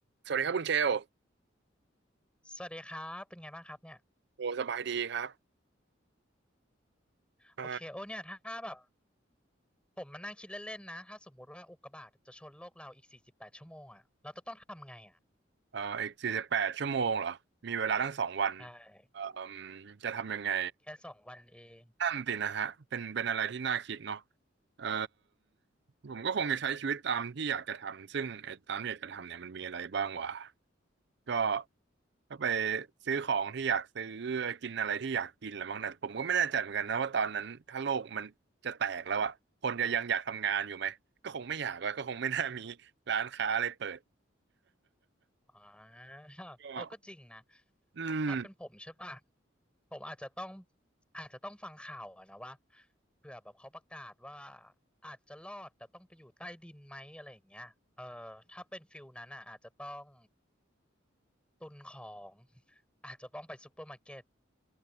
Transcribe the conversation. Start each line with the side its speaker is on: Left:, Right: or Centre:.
Right: สวัสดีครับคุณเชล
Centre: สวัสดีครับเป็นไงบ้างครับเนี่ย
Right: โอ้สบายดีครับอ่า
Centre: โอเคโอ้เนี่ยถ้าแบบผมมานั่งคิดเล่นๆนะถ้าสมมุติว่าอุกกาบาตจะชนโลกเราอีกสี่สิบแปดชั่วโมงอ่ะเราจะต้องทำไงอ่ะ
Right: เอ่ออีกสี่สิบแปดชั่วโมงเหรอมีเวลาทั้งสองวัน
Centre: ใช่
Right: เอ่อจะทำยังไง
Centre: แค่สองวันเอง
Right: นั่นตินะฮะเป็นเป็นอะไรที่น่าคิดเนาะเอ่อผมก็คงจะใช้ชีวิตตามที่อยากจะทำซึ่งไอ้ตามที่อยากจะทำเนี่ยมันมีอะไรบ้างวะก็ก็ไปซื้อของที่อยากซื้อกินอะไรที่อยากกินแหละมั้งแต่ผมก็ไม่แน่ใจเหมือนกันนะว่าตอนนั้นถ้าโลกมันจะแตกแล้วอะคนจะยังอยากทำงานอยู่ไหมก็คงไม่อยากแล้วก็คงไม่น่ามีร้านค้าอะไรเปิด
Centre: อ่า <laughs>
Right: <laughs> ก็
Centre: เออก็จริงนะ
Right: อืม
Centre: ถ้าเป็นผมใช่ป่ะะผมอาจจะต้องอาจจะต้องฟังข่าวอะนะว่าเผื่อแบบเขาประกาศว่าอาจจะรอดแต่ต้องไปอยู่ใต้ดินไหมอะไรอย่างเงี้ยเออถ้าเป็นฟิลนั้นอ่ะอาจจะต้องตุนของ <laughs> อาจจะต้องไปซูเปอร์มาร์เก็ต